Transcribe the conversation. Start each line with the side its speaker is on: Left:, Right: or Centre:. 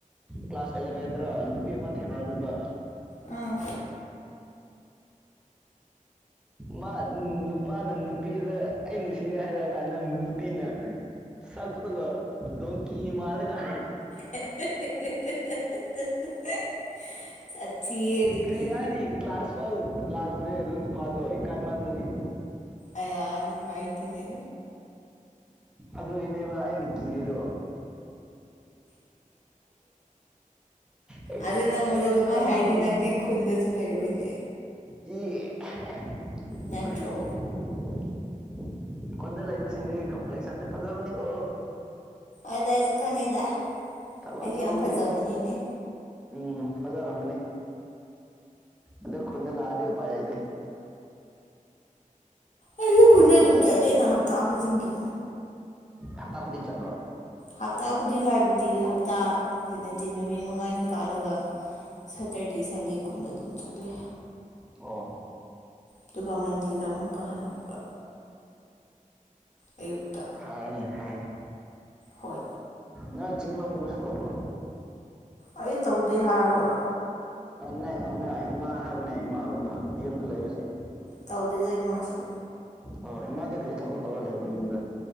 Centre: ꯀ꯭ꯂꯥꯁ ꯑꯦꯂꯚꯦꯟꯗ꯭ꯔꯥ ꯅꯨꯄꯤ ꯑꯃ ꯊꯦꯡꯅꯔꯝꯃꯦꯕ
Left: ꯑꯥ
Centre: ꯃꯥ ꯅꯨꯄꯥꯅ ꯅꯨꯄꯤꯗ ꯑꯩ ꯅꯨꯡꯁꯤꯒꯦ ꯍꯥꯏꯔꯀꯥꯟꯗ ꯅꯪ ꯅꯨꯄꯤꯅ ꯁꯛ ꯇꯨꯒ ꯗꯣꯡꯀꯤ ꯃꯥꯟꯂꯒ
Left: <inaudible> ꯁꯥꯊꯤꯌꯦ ꯑꯗꯨꯗꯤ
Centre: ꯀꯔꯤ ꯍꯥꯏꯅꯤ ꯀ꯭ꯂꯥꯁ ꯐꯥꯎ ꯂꯥꯛꯇ꯭ꯔꯦ ꯑꯗꯨ ꯅꯨꯄꯥꯥꯗꯣ ꯏꯀꯥꯏ ꯃꯟꯕꯒꯤ
Left: ꯑꯌꯥ ꯅꯨꯡꯉꯥꯏꯇꯦꯅꯦ
Centre: ꯑꯗꯨꯏꯅꯦꯕ ꯑꯩꯅ ꯀꯤꯔꯤꯗꯣ ꯑꯩꯈꯣꯏ
Left: ꯑꯗꯨ ꯅꯪꯉꯣꯟꯗ
Centre: ꯑꯩꯉꯣꯟꯗ
Left: ꯑꯗꯨꯃꯥꯏ ꯍꯥꯏꯔꯗꯤ
Centre: ꯑꯗꯨꯒꯨꯝ
Left: ꯅꯪꯗꯤ ꯈꯨꯟꯗꯁꯨ ꯂꯩꯔꯣꯏꯅꯦ
Centre: <inaudible>
Left: ꯅꯠꯇ꯭ꯔꯣ
Centre: ꯈꯨꯟꯗ ꯂꯩꯕ ꯁꯤꯡꯗꯤ ꯀꯝꯄ꯭ꯂꯦꯛꯁꯟꯗꯤ ꯐꯖꯕꯅꯤ ꯀꯣ
Left: ꯑꯗꯤ ꯑꯩꯁꯨ ꯈꯪꯉꯦꯗ
Centre: ꯊꯕꯛ
Left: ꯑꯩꯁꯨ
Centre: ꯁꯨꯕꯒꯤ
Left: ꯌꯥꯝ ꯐꯖꯕꯅꯤꯅꯦ
Centre: ꯎꯝ ꯐꯖꯥꯔꯝꯒꯅꯤ ꯑꯗꯣ ꯈꯨꯟꯗ ꯂꯛꯑꯗꯤ ꯎꯄꯥꯏ ꯂꯩꯇꯦ
Left: ꯑꯩꯖꯨ ꯈꯨꯟꯗ ꯑꯗꯨꯝ ꯆꯠꯂꯦꯅ ꯍꯞꯇꯥ ꯈꯨꯗꯤꯡꯒꯤ
Centre: ꯍꯞꯇꯥ ꯈꯨꯗꯤꯡ ꯆꯠꯄ꯭ꯔꯣ
Left: ꯍꯞꯇꯥ ꯈꯨꯗꯤꯡ ꯍꯥꯏꯕꯗꯤ ꯍꯞꯇꯥ ꯅꯠꯇꯦ ꯅꯨꯃꯤꯠ ꯃꯉꯥꯅꯤ ꯀꯥꯜꯂꯒ ꯁꯥꯇꯔꯗꯦ ꯁꯟꯗꯦ ꯈꯨꯟꯗ ꯑꯗꯨꯝ ꯆꯠꯂꯦ
Centre: ꯑꯣ
Left: ꯑꯗꯨꯒ ꯃꯟꯗꯦꯗ ꯑꯃꯨꯛꯀ ꯍꯟꯂꯛꯄ ꯑꯌꯨꯛꯇ
Centre: ꯐꯥꯏꯌꯦꯅꯦ ꯐꯥꯏꯌꯦꯅꯦ
Left: ꯍꯣꯏ
Centre: ꯅꯪ ꯆꯤꯡꯂꯧ ꯒꯨꯝꯕꯁꯨ ꯇꯧꯕ꯭ꯔꯣ
Left: ꯑꯩ ꯇꯧꯗꯦ ꯍꯥꯏꯔꯒ
Centre: ꯅ <unintelligible> ꯏꯃꯥ ꯍꯥꯏꯕꯅꯦ ꯏꯃꯥꯒꯨꯝꯕ ꯌꯨꯝꯗ ꯂꯩꯕꯁꯤꯡ
Left: ꯇꯧꯗꯦꯗ ꯏꯃꯥꯁꯨ
Centre: ꯍꯣꯏ ꯏꯃꯥꯗꯤ ꯀꯔꯤ ꯊꯕꯛ ꯇꯧꯔꯒ ꯂꯩꯕꯔꯥ ꯌꯨꯝꯗ